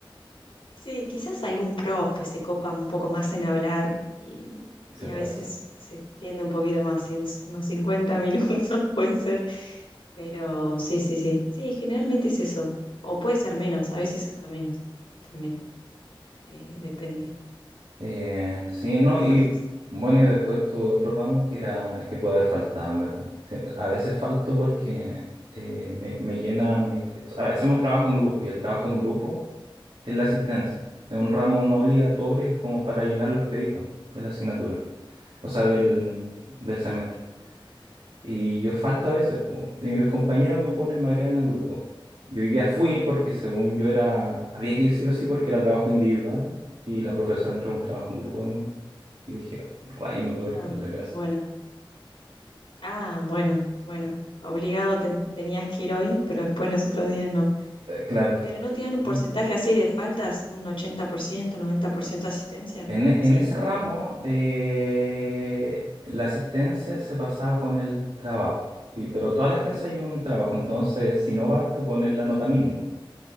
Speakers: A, on the left (about 75°); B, on the right (about 75°).
A: Sí, quizás algún profe se copa un poco más en hablar y,
B: Y se
A: y
B: pasa.
A: a veces se extiende un poquito más, y uns- unos 50 minutos <laughs> puede ser, pero sí, sí, sí, sí, generalmente es eso, o puede ser menos, a veces hasta menos, también eh, depende
B: Eh, sí,
A: de
B: no,
A: los
B: y
A: profes.
B: bueno, y después tuve otro ramo que era, que puede haber faltado, en verdad. Sí, a veces falto porque eh, me, me llenan, mi- a veces hacemos trabajo en grupo, y el trabajo en grupo es la asistencia. Es un ramo no obligatorio, es como para llenar los créditos de la asignatura, o sea, del, del semestre. Y yo falto a veces, po, y mis compañeros me ponen, me agregan al grupo. Yo hoy día fui porque según yo era, había que ir sí o sí porque era trabajo individual y la profesora entró a un trabajo en grupo de nuevo. Y dije, rayo, me puedo haber
A: Ah,
B: quedado en la casa.
A: bueno, ah, bueno, bueno, obligado ten- tenías que ir hoy, pero después los otros días no.
B: Eh, claro.
A: ¿Pero no te dan un
B: ¿Mm?
A: porcentaje así de faltas, un 80%, 90% de asistencia?
B: En, e- en
A: Sí.
B: ese ramo, eh, la asistencia se pasaba con el trabajo, y, pero todas las clases hay un trabajo, entonces si no vas te ponen la nota mínima.